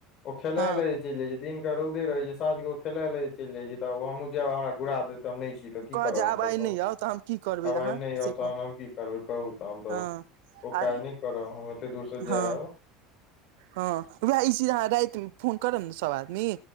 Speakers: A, on the left (about 35°); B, on the right (about 75°).
A: ओ खेलाय
B: हँ
A: ल चलि जाय छै दिन के रौदे रहे छै साँझक खेलाय ले चलि जाय छै त हमहुँ जायब हमरा घुरा दे त हम छी तऽ की
B: कहत
A: कर
B: जे आब आइ
A: त
B: नहि आउ तऽ हम की करबै
A: आवाज
B: अहाँ
A: नहि
B: से
A: आ त
B: कह
A: न की कहू तऽ हम तऽ
B: हँ
A: ओ
B: आ
A: काज नहि करब हम एते दूर से
B: हँ
A: जाब
B: हँ उएह ई चीज अहाँ राति फोन करब ने सब आदमी